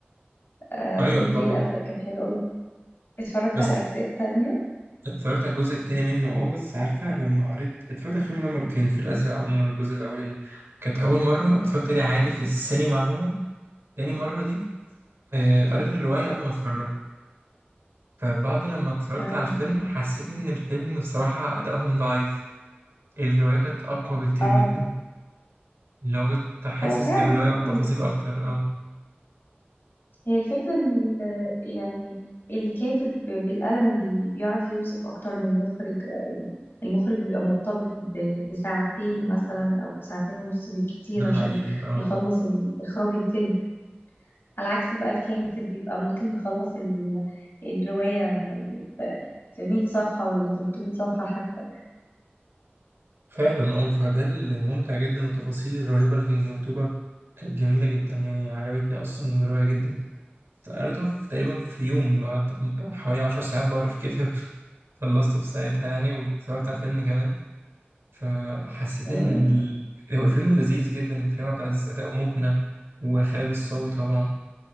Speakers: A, on the left (about 70°); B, on the right (about 85°).
A: آه
B: ايوه
A: فيلم
B: طبعا
A: فيه الأزرق كان حلو أوي اتفرجت
B: بس
A: على الأجزاء التانية
B: اتفرجت على الجزء التاني منه اه بس عارفة لما قريت اتفرجت على الفيلم ده مرتين في الأزرق عموما الجزء الأولاني كانت أول مرة اتفرجت عليه عادي في السينما عموما تاني مرة دي آه، قريت الرواية قبل ما اتفرج فبعد لما اتفرجت
A: امم
B: على الفيلم حسيت إن الفيلم بصراحة أدائهم ضعيف الرواية كانت أقوى بكتير
A: اه
B: جدا اللي هو كنت حاسس
A: هو فعلا
B: بالرواية
A: طبعا
B: والتفاصيل أكتر اه
A: هي الفكرة إن ال يعني الكاتب بالقلم بي بيعرف يوصف أكتر من المخرج آه، يعني المخرج بيبقى مرتبط ب- بساعتين مثلا أو ساعتين ونص بالكتير
B: ده حقيقي
A: عشان
B: اه
A: يخلص ال- إخراج الفيلم على عكس بقى الكاتب بيبقى ممكن يخلص ال الرواية في في 100 صفحة ولا 300 صفحة حتى
B: فعلا اه فده الممتع جدا والتفاصيل الرهيبة اللي كانت مكتوبة كانت جميلة جدا يعني عجبتني أصلا الرواية جدا قريتها في تقريبا في يوم اللي هو قعدت بتاع حوالي عشر ساعات بقرا في كتاب <laughs> خلصته في ساعتها يعني واتفرجت على الفيلم كمان فحسيت
A: امم
B: ان ال... هو الفيلم لذيذ جدا وكريم عبد العزيز اداؤه مقنع وخالد الصاوي طبعا